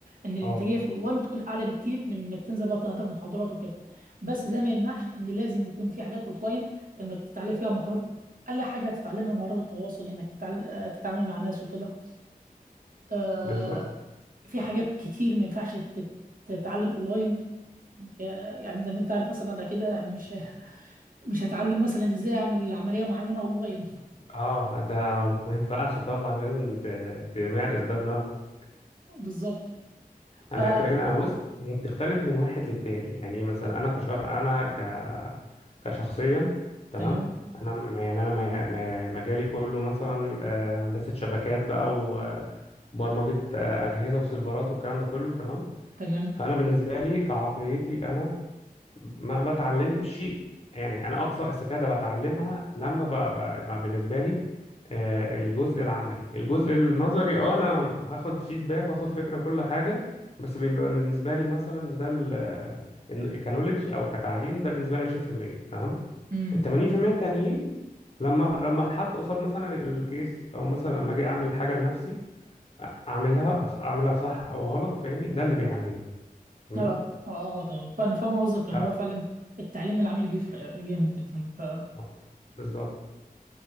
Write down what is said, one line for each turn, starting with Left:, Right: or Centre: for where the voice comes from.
Right: ان الانتاجيه
Left: اه
Right: في الاونلاين بتكون اعلى بكتير من انك تنزل بقى تحضر محاضرات وكده بس ده ما يمنعش ان لازم يكون في حاجات اوفلاين لانك تتعلم فيها مهارات اقل حاجه هتتعلمها مهارات التواصل انك تتعل... آه، تتعامل مع ناس وكده آه،
Left: بالظبط
Right: في حاجات كتير ما ينفعش تت- تتعلم اونلاين يعني هي- يعني زي ما انت عارف مثلا انا كده مش <laughs> مش هتعلم مثلا ازاي اعمل عمليه معينه اونلاين
Left: اه ده ما ينفعش طبعا لازم ت- تمارس ده بنفسك
Right: بالظبط
Left: انا
Right: ف
Left: كده انا بص هي بتختلف من واحد للتاني يعني إيه مثلا انا كش انا ك كشخصيا تمام
Right: تمام
Left: انا م- يعني انا م- م- مجالي كله مثلا آه، هندسه شبكات بقى و- وبرمجه آه، اجهزه وسيرفرات والكلام ده كله تمام
Right: تمام
Left: فانا بالنسبه لي كعقليتي انا ما بتعلمش يعني انا اقصى استفاده بتعلمها لما ب... ب... ب... بالنسبه لي آه، الجزء العملي الجزء النظري اه انا هاخد فيدباك واخد فكره وكل حاجه بس بيبقى بالنسبه لي مثلا ده ال... إن- كنوليدج او كتعليم ده بالنسبه لي 20% تمام
Right: امم
Left: ال 80% التانيين لما لما اتحط قصاد مثلا الكيس او مثلا لما اجي اعمل حاجه بنفسي اعملها اعملها صح او غلط فاهمني ده اللي بيعلمني فاهمني
Right: اه اه آه، اه، طبعا فانا فاهم قصدك لان
Left: ده
Right: هو فعلا التعليم العملي بيفرق جامد جدا ف
Left: آه، بالظبط